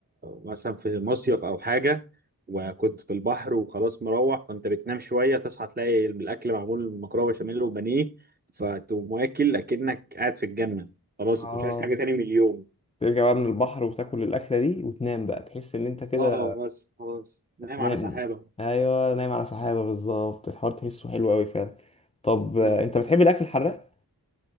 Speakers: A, on the right; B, on the left.
A: مثلا في مصيف او حاجه وكنت في البحر وخلاص مروح فانت بتنام شويه تصحى تلاقي الاكل معمول مكرونه بشاميل وبانيه فتقوم واكل اكنك قاعد في الجنه خلاص
B: اه
A: انت مش عايز حاجه تاني من اليوم
B: ترجع بقى من البحر وتاكل الأكلة دي وتنام بقى تحس إن أنت كده
A: اه بس خلاص نايم
B: نام
A: على سحابه
B: أيوة نايم على سحابة بالظبط الحوار تحسه حلو أوي فعلا طب آه،
A: مم.
B: أنت بتحب الأكل الحراق؟